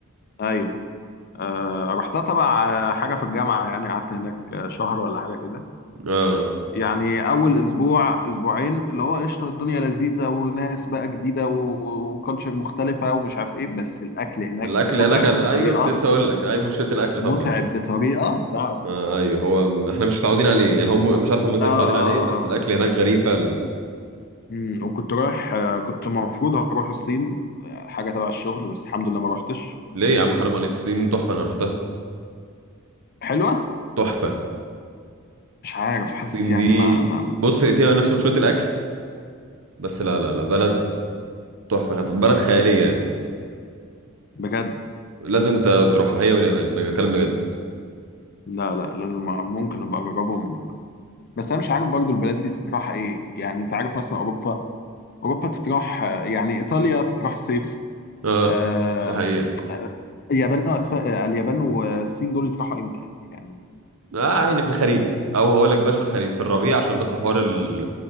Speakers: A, on the left; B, on the right.
A: ايوه آه، رحتها تبع آه، حاجة في الجامعة يعني قعدت هناك آه، شهر ولا حاجة كده
B: اه
A: يعني أول أسبوع أسبوعين اللي هو قشطة الدنيا لذيذة وناس بقى جديدة و- وكالتشر مختلفة ومش عارف إيه بس الأكل هناك
B: الاكل
A: متعب
B: هناك انا
A: بطريقة
B: ايوه كنت لسه اقول لك اي مشكله الاكل
A: متعب
B: طبعا
A: بطريقة صعب
B: آه ايوه هو م- احنا مش متعودين عليه يعني هم مش عارف هم ازاي
A: آه آه
B: متعودين عليه بس
A: آه آه.
B: الاكل هناك غريب فعلا
A: مم، وكنت رايح آه، كنت المفروض هروح الصين آه، حاجة تبع الشغل بس الحمد لله ما روحتش
B: ليه يا عم حرام عليك الصين تحفة أنا رحتها
A: حلوة
B: تحفة
A: مش عارف حاسس
B: الصين
A: يعني
B: دي
A: ما, ما
B: بص هي فيها نفس مشكلة الأكل بس لا لا لا بلد تحفة بلد خيالية يعني
A: بجد
B: لازم أنت تروحها هي واليابان بكلم بجد
A: لا لا لازم ممكن أبقى أجربهم بس انا مش عارف برضو البلاد دي تتراح ايه يعني انت عارف مثلا اوروبا اوروبا تتراح آه، يعني ايطاليا تتراح صيف
B: اه
A: آه،
B: ده حقيقة
A: آه، اليابان وأسف... آه، اليابان والصين دول يتراحوا امتى يعني
B: اه يعني في الخريف أو هقول لك باش في الخريف في الربيع عشان بس حوار ال...